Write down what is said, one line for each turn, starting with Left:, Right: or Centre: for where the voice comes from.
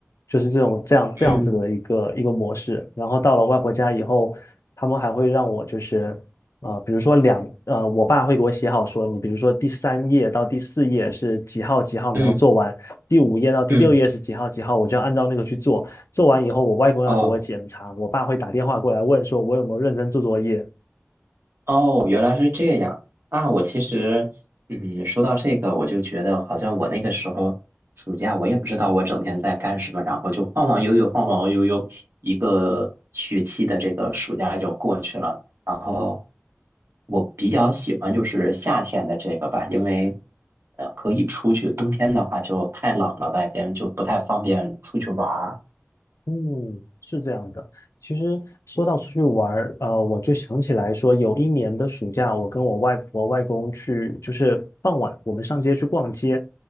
Left: 就是这种这样这样子的一个一个模式。
Right: 嗯
Left: 然后到了外婆家以后，他们还会让我就是呃，比如说两呃，我爸会给我写好说，你比如说第三页到第四页是几号几号你要做完。
Right: 嗯
Left: 第五页到第六页是几号几号，
Right: 嗯，
Left: 我就要按照那个去做。做完以后，我外公要给我检查，
Right: 哦。
Left: 我爸会打电话过来问说，我有没有认真做作业。
Right: 哦，原来是这样啊！我其实，嗯，说到这个，我就觉得好像我那个时候暑假，我也不知道我整天在干什么，然后就晃晃悠悠，晃晃悠悠，一个学期的这个暑假就过去了。然后我比较喜欢就是夏天的这个吧，因为呃可以出去，冬天的话就太冷了，外边就不太方便出去玩儿。
Left: 嗯，是这样的。其实说到出去玩儿，呃，我就想起来说，有一年的暑假，我跟我外婆外公去，就是傍晚我们上街去逛街，